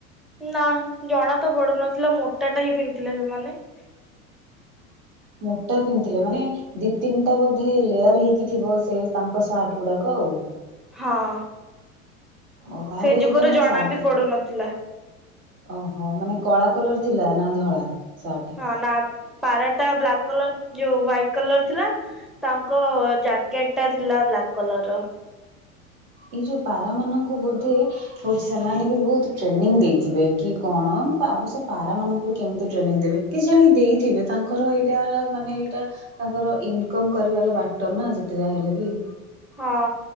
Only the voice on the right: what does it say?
ମୋଟା ପିନ୍ଧଥିଲେ ମାନେ ଦି ତିନିଟା ବୋଧେ ଲେୟାର ହେଇକି ଥିବ। ସେ ତାଙ୍କ ସାର୍ଟ ଗୁଡାକ ଆଉ।
ଓ ତାହେଲେ
ଯଦି ଆମେ
ସାଧ
<inaudible> ଓହୋ ମାନେ କଳା କଲର ଥିଲା ନା ଧଳା। ସାର୍ଟ
ଏଇ ଯୋଉ ପାରା ମାନଙ୍କୁ ବୋଧେ ହଉଛି ସେମାନେ ବି ବହୁତ ଟ୍ରେନିଂ ଦେଇଥିବେ। କି କଣ ଅବଶ୳ ପାରା ମାନଙ୍କୁ ବି କେମିତି ଟ୍ରେନିଂ ଦେବେ କି ଜାଣି ଦେଇଥିବେ। ତାଙ୍କର ଏଇଟାର ମାନେ ଏଇଟା ତାଙ୍କର ଇନକମ କରିବାର ବାଟ ନା ଯେତେ ଯା ହେଲେ ବି।